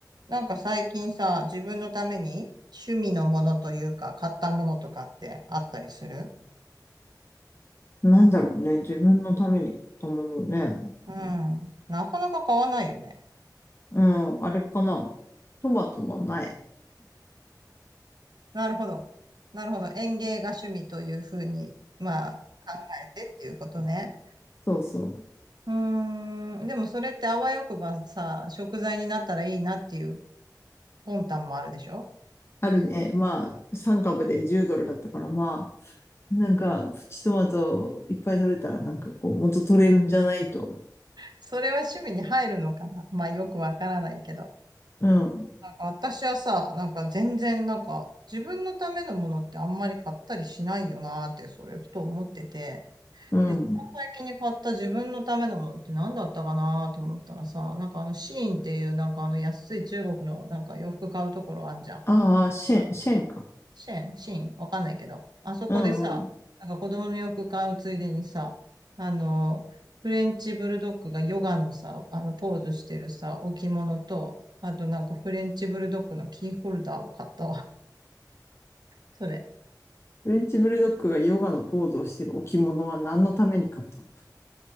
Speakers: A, on the right (about 70°); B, on the left (about 35°).
A: なんか最近さ、自分のために趣味のものというか、買ったものとかってあったりする
B: なんだろうね。自分のために買ったものね。
A: うん。なかなか買わないよね。
B: うん、あれかな。トマトのない。
A: なるほど。なるほど。園芸が趣味というふうに、まあ、考えてっていうことね。
B: そうそう。
A: うーん。でもそれってあわよくばさ、食材になったらいいなっていう魂胆もあるでしょ
B: あるね。まあ、3株で10ドルだったから、まあ、なんか、プチトマトいっぱい取れたら、なんかこう、元取れるんじゃないと。
A: それは趣味に入るのかなまあよくわからないけど。
B: うん、
A: なんか私はさ、なんか全然なんか自分のためのものってあんまり買ったりしないよなーってそれふと思ってて、
B: うん。
A: で、一番最近に買った自分のためのものって何だったかなーと思ったらさ、なんかあのシーインっていうなんかあの安い中国のなんか洋服買うところあんじゃん。
B: ああ、シェン、シェンか。
A: シェン、シン、わかんないけど、あそこでさ、
B: うんうん。
A: なんか子供の洋服買うついでにさ、あの、フレンチブルドッグがヨガのさ、あの、ポーズしてるさ、置物と、あとなんかフレンチブルドッグのキーホルダーを買ったわ。<laughs> それ。
B: フレンチブルドッグがヨガのポーズをしてる置物は何のために買ったの